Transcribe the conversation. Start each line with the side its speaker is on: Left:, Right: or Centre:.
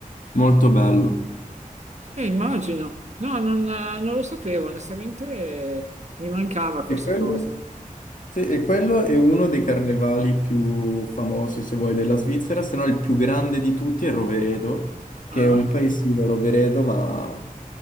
Left: molto bello.
Right: Eh, immagino. No, non, eh, non lo sapevo, onestamente eh, mi mancava questa
Left: E quello,
Right: cosa.
Left: sì, e quello è uno dei carnevali più famosi, se vuoi, della Svizzera, se no il più grande di tutti è Roveredo, che
Right: Ah?
Left: è un paesino Roveredo, ma